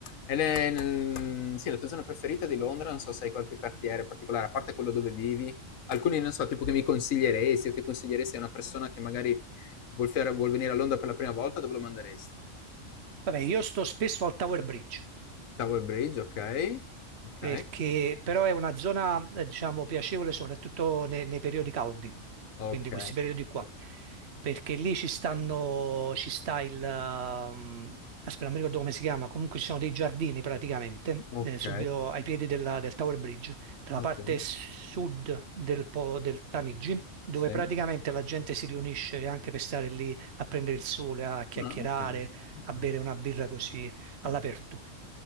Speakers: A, on the left; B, on the right.
A: E le- nel- sì, la tua zona preferita di Londra, non so se hai qualche quartiere particolare, a parte quello dove vivi, alcuni, non so, tipo che mi consiglieresti o che consiglieresti a una persona che magari vuol, fare- vuol venire a Londra per la prima volta, dove lo manderesti?
B: Vabbè, io sto spesso al Tower Bridge.
A: Tower Bridge, ok, ok,
B: perché però è una zona, eh, diciamo, piacevole soprattutto ne- nei, periodi caldi,
A: ok,
B: quindi questi periodi qua, perché lì ci stanno, ci sta il, ehm, aspetta, non mi ricordo come si chiama, comunque ci sono dei giardini praticamente,
A: ok,
B: eh, subito ai piedi della- del Tower Bridge, dalla
A: ok,
B: parte sud del, po- del Tamigi, dove
A: sì,
B: praticamente la gente si riunisce anche per stare lì a prendere il sole, a chiacchierare,
A: no, ok, ok,
B: a bere una birra così all'aperto.
A: ok,